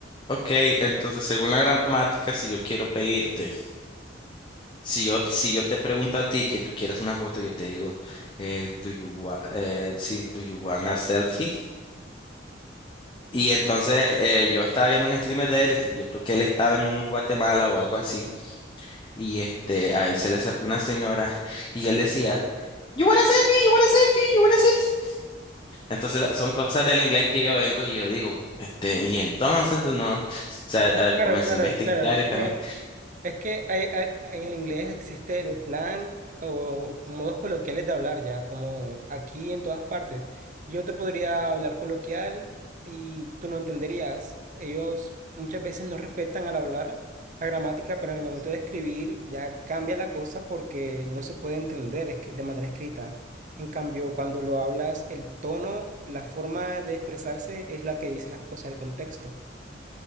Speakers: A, on the left (about 25°); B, on the right (about 40°).
A: Ok, entonces según la gramática, si yo quiero pedirte Si yo, si yo te pregunto a ti que tú quieres una foto, yo te digo, eh, do you want, do you want a
B: Mm.
A: selfie? Y entonces eh, yo estaba viendo un streamer de él, yo creo que él estaba en Guatemala o algo así, y este, a él se le acercó una señora y él decía, You want a selfie, you want a selfie, you want a selfie. Entonces son cosas del inglés que yo vengo y yo digo, este, y entonces no, o sea, eh,
B: Claro,
A: comencé
B: claro,
A: a investigar
B: claro. Es
A: y también.
B: que Es que hay- hay- en el inglés existe el slang o modos coloquiales de hablar ya, como aquí en todas partes. Yo te podría hablar coloquial y tú no entenderías. Ellos muchas veces no respetan al hablar la gramática, pero en el momento de escribir ya cambia la cosa porque no se puede entender es que- de manera escrita. En cambio, cuando lo hablas, el tono, la forma de expresarse es la que dice las cosas, el contexto.